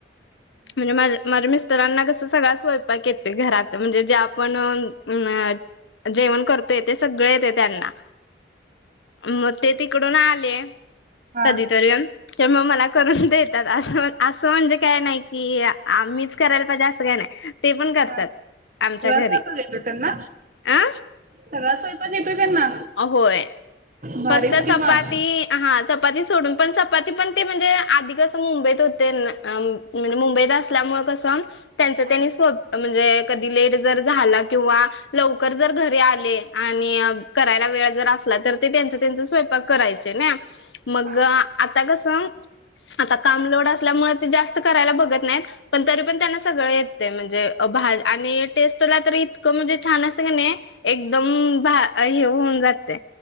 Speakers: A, on the right (about 45°); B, on the left (about 80°).
A: <inaudible>
B: म्हणजे माझ्या मिस्टरांना कसं सगळा स्वयंपाक येतीत घरात म्हणजे जे आपण अं जेवण करतोय ते सगळे येतय त्यांना, मग ते तिकडून आले,
A: हा
B: कधीतरी मग मला करून देतात, असं म्हणजे काय नाही कि आम्हीच करायला पाहिजे असं काय नाय ते पण करतात
A: हा सगळा
B: आमच्या घरी,
A: स्वयंपाक येतो त्यांना
B: अं?
A: सगळा स्वयंपाक येतोय त्यांना?
B: होय,
A: भारीच
B: फक्त
A: की
B: चपाती
A: मग
B: हा चपाती सोडून, पण चपाती पण ते म्हणजे आधी कसं मुंबईतं होते मी न मुंबईत असल्यामुळे कसं त्यांच त्यांनी
A: हा
B: सो म्हणजे कधी लेट जर झाला, किंवा लवकर जर घरी आले आणि करायला वेळ जर असला तर ते त्यांच त्यांचं स्वयंपाक करायचे नाही मग
A: हा
B: आता कसं आता काम लोड असल्यामुळे ते जास्त करायला बघत नाहीत पण तरी पण त्यांना सगळं येतय, म्हणजे भाज आणि टेस्टला तर इतकं म्हणजे छान असंय किणी एकदम भा हे होऊन जातय,